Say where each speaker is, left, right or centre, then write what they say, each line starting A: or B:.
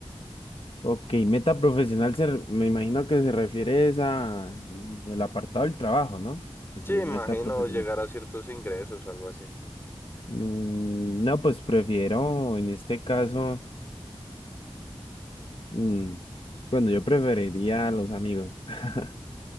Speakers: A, on the left (about 60°); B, on the left (about 20°).
A: Ok, meta profesional se, re- me imagino que se refiere es a el apartado del trabajo, ¿no? Pues
B: Sí,
A: sí,
B: imagino
A: es meta profesional.
B: llegar a ciertos ingresos o algo así.
A: Mm, no, pues prefiero en este caso, mm, bueno, yo preferiría a los amigos, <laughs>